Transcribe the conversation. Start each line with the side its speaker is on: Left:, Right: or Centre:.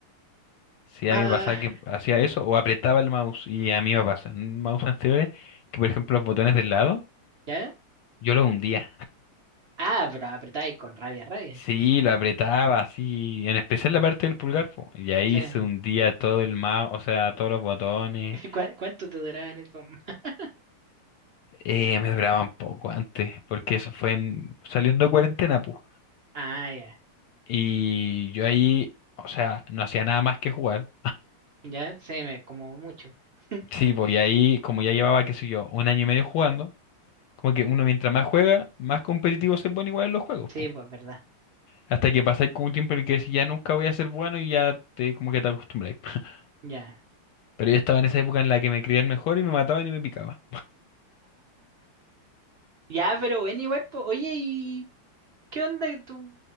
Left: Sí,
Right: Ah,
Left: a mí me pasaba
Right: <laughs>
Left: que hacía eso o apretaba el mouse y a mí me pasa. En mouse anteriores, que por ejemplo los botones del lado,
Right: ¿ya?
Left: yo los hundía.
Right: Ah, pero apretáis con rabia, rabia.
Left: Sí, lo apretaba así, en especial la parte del pulgar, po, y ahí
Right: Sí.
Left: se hundía todo el mouse, o sea, todos los botones.
Right: <laughs> cuá- cuánto te duraban eso? <laughs>
Left: Eh, me duraban poco antes, porque eso fue en, saliendo de cuarentena, pues.
Right: Ah, ya.
Left: Y yo ahí, o sea, no hacía nada más que jugar.
Right: Ya, sí, me, como mucho. <laughs>
Left: Sí, pues y ahí, como ya llevaba, qué sé yo, un año y medio jugando, como que uno mientras más juega, más competitivo se pone igual en los juegos,
Right: Sí,
Left: pues.
Right: pues verdad.
Left: Hasta que pasáis como un tiempo en el que decís, ya nunca voy a ser bueno y ya te como que te acostumbráis. <laughs>
Right: Ya.
Left: Pero yo estaba en esa época en la que me creía el mejor y me mataban y me picaba.
Right: Ya, pero bueno, igual, po. Oye, ¿y qué onda tú?